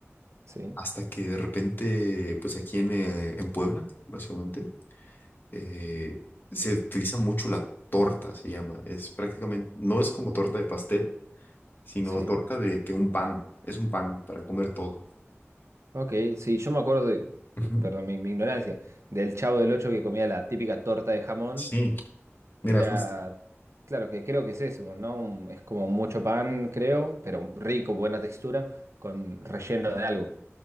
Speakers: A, on the right; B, on the left.
A: sí,
B: hasta que de repente, pues aquí en, eh, en Puebla, básicamente, eh, se utiliza mucho la torta, se llama. Es prácticamente, no es como torta de pastel sino
A: sí.
B: torta de que un pan, es un pan para comer todo.
A: Ok, sí, yo me acuerdo, de-
B: Ujú.
A: perdón, mi, mi ignorancia, del Chavo del Ocho que comía la típica torta de jamón,
B: Sí, mira,
A: que era,
B: justo.
A: claro, que creo que es eso, ¿no? Un- Es como mucho pan, creo, pero rico, buena textura, con relleno de algo.